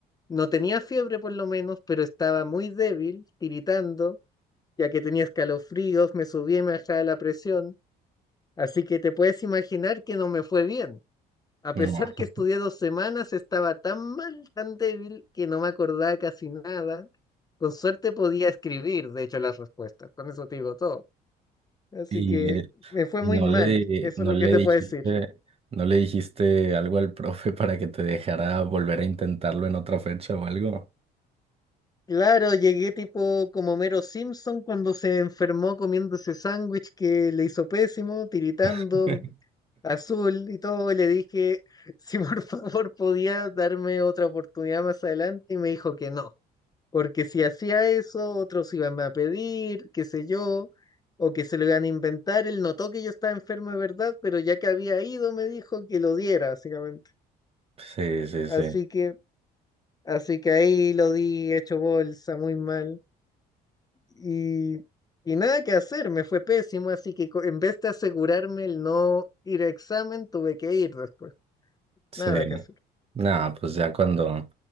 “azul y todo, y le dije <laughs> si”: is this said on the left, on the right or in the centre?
Left